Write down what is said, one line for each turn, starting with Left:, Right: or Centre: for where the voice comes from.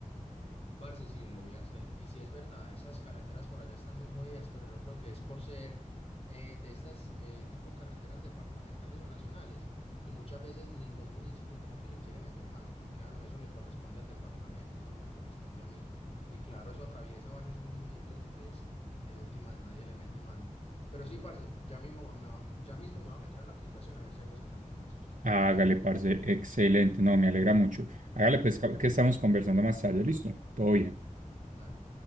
Left: Parce, sí, lo voy a hacer. Y sí es verdad, esas carreteras por allá están muy jodidas, pero yo creo que es por ser eh, de estas eh, tipo carreteras departamentales o nacionales, que muchas veces ningún municipio como que le quiere meter mano, como que, ah, no, eso le corresponde al departamento, eso no me corresponde a mí. Y claro, eso atraviesa varios municipios, entonces en últimas nadie le mete mano. Pero sí, parce, ya mismo me va- ya mismo me va a meter a la aplicación a ver si hago esa calificación.
Right: Hágale, parce, excelente, no, me alegra mucho. Hágale, pues que que estamos conversando más tarde, listo, todo bien.
Left: Dale.